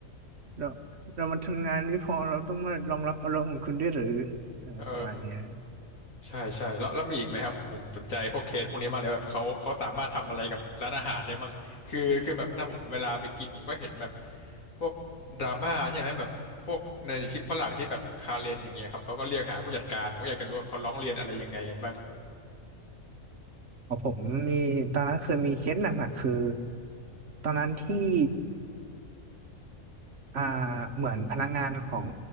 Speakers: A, on the right; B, on the left.
A: เราเรามาทำงานไม่พอเราต้องมารองรับอารมณ์ของคุณด้วยหรือเออประมาณเนี้ยฮะ
B: เออ ใช่ใช่แล้วแล้วมีอีกไหมครับผมผมสนใจพวกเคสพวกนี้มากเลยแบบเขาเขาสามารถทำอะไรกับร้านอาหารได้มั่งคือคือแบบถ้าผมเวลาไปกินผมก็เห็นแบบพวกดราม่าใช่ไหมแบบพวกในคลิปฝรั่งที่แบบคาเรนอย่างเงี้ยครับเขาก็เรียกหาผู้จัดการผมก็อยากจะรู้ว่าเขาร้องเรียนอะไรยังไงกันบ้าง
A: พอผมมีตอนนั้นเคยมีเคสหนักๆคือตอนนั้นที่อ่าเหมือนพนักงานของ